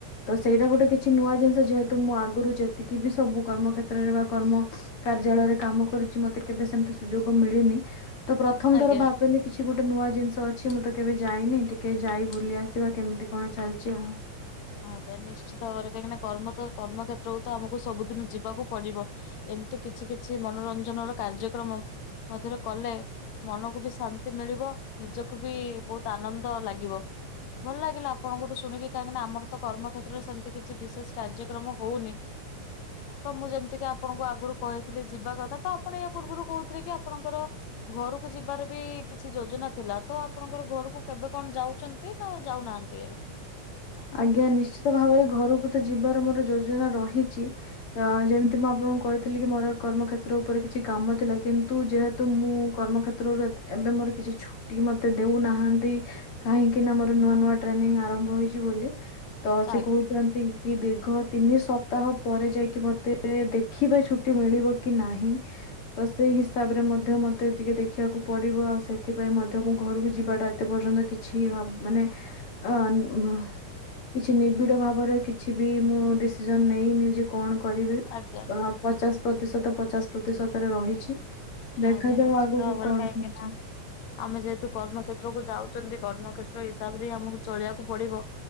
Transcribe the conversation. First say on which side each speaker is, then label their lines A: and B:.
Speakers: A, on the left; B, on the left.
A: ତ ସେଇଟା ଗୋଟେ କିଛି ନୂଆ ଜିନିଷ ଯେହେତୁ ମୁଁ ଆଗରୁ ଯେତିକି ବି ସବୁ କର୍ମ କ୍ଷେତ୍ରରେ ବା କର୍ମ କାର୍ଯ୍ୟାଳୟରେ କାମ କରିଛି ମତେ କେବେ ସେମତି ସୁଯୋଗ ମିଳିନି ତ ପ୍ରଥମ
B: ଆଜ୍ଞା।
A: ଥର ଭାବିଲି କିଛି ଗୋଟେ ନୂଆ ଜିନିଷ ଅଛି ମୁଁ ତ କେବେ ଯାଇନି ଟିକେ ଯାଇ ବୁଲି ଆସିବା କେମିତି କଣ ଚାଲିଛି ଆଉ।
B: ଆ ଆଜ୍ଞା ନିଶ୍ଚିତ ଭାବରେ କାହିଁକି ନା କର୍ମ ତ କର୍ମ କ୍ଷେତ୍ରକୁ ତ ଆମକୁ ସବୁଦିନ ଯିବାକୁ ପଡିବ। ଏମିତି କିଛି କିଛି ମନୋରଞ୍ଜନର କାର୍ଯ୍ୟକ୍ରମ ମଧ୍ୟରେ କଲେ ମନକୁ ବି ଶାନ୍ତି ମିଳିବ ନିଜକୁ ବି ବହୁତ ଆନନ୍ଦ ଲାଗିବ। ଭଲ ଲାଗିଲା ଆପଣଙ୍କଠୁ ଶୁଣିକି କାହିକି ନା ଆମ ତ ତ କର୍ମ ଖେତ୍ରରେ ସେମିତି କିଛି ବିଶେଷ କାର୍ଯ୍ୟକ୍ରମ ହଉନି। ତ ମୁଁ ଯେମିତିକି ଆପଣଙ୍କୁ ଆଗରୁ କହିଥିଲି ଯିବା କଥା ତ ଆପଣ ୟା ପୂର୍ବରୁ କହୁଥିଲେ କି ଆପଣଙ୍କର ଘରକୁ ଯିବାର ବି କିଛି ଯୋଜନା ଥିଲା ତ ଆପଣଙ୍କର ଘରକୁ କେବେ କଣ ଯାଉଛନ ତି ନା ଯାଉନାହାନ୍ତି ଏବେ?
A: ଆଜ୍ଞା ନିଶ୍ଚିତ ଭାବରେ ଘରକୁ ତ ଯିବାର ମୋର ଯୋଜନା ରହିଛି। ଅ ଯେମିତି ମୁଁ ଆପଣଙ୍କୁ କହିଥିଲି କି ମୋର କର୍ମକ୍ଷେତ୍ର ଉପରେ କିଛି କାମ ଥିଲା କିନ୍ତୁ ଯେହେତୁ ମୁଁ କର୍ମ କ୍ଷେତ୍ରରୁ ଏବେ ମୋର କିଛି ଛୁଟି ମତେ ଦେଉନାହାନ୍ତି। କାହିଁକି ନା ମୋର ନୂଆ ନୂଆ ଟ୍ରେନିଂ ଆରମ୍ଭ ହେଇଛି ବୋଲି ତ ସେ
B: ଆଜ୍ଞା
A: କହୁ କି ଦୀର୍ଘ ତିନି ସପ୍ତାହ ପରେ ଯାଇକି ମୋତେ ଦେଖିବେ ଛୁଟି ମିଳିବ କି ନାହିଁ। ତ ସେଇ ହିସାବରେ ମଧ୍ୟ ମତେ ଟିକେ ଦେଖିବାକୁ ପଡିବ ଆଉ ସେଥିପାଇଁ ମଧ୍ୟ ମୁଁ ଘରକୁ ଯିବାଟା ଏତେ ପର୍ଯ୍ୟନ୍ତ କିଛି ମାନେ ଅ କିଛି ନିବିଡ଼ ଭାବରେ କିଛି ବି ମୁଁ ଡିସିଜନ ନେଇ ନିଜେ କଣ କରିବି
B: ଆଜ୍ଞା
A: ପଚାଶ ପ୍ରତିଶତ ପଚା ପ୍ରତିଶତରେ ରହିଛି ଦେଖାଯାଉ
B: ଆଜ୍ଞା ନିଶ୍ଚିତ
A: ଆଗକୁ
B: ଭାବରେ
A: କଣ
B: କାହିଁକି
A: ହଉଛି।
B: ନା ଆମେ ଯେହେତୁ କର୍ମ ଖେତ୍ର କୁ ଯାଉଛନ୍ତି କର୍ମକ୍ଷତ୍ର ହିସାବରେ ହି ଆମକୁ ଚଳିବାକୁ ପଡିବ।